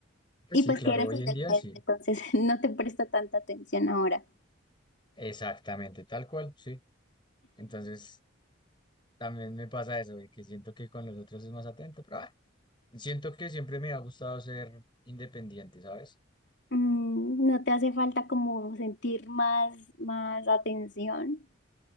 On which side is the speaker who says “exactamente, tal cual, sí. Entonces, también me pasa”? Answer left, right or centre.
Left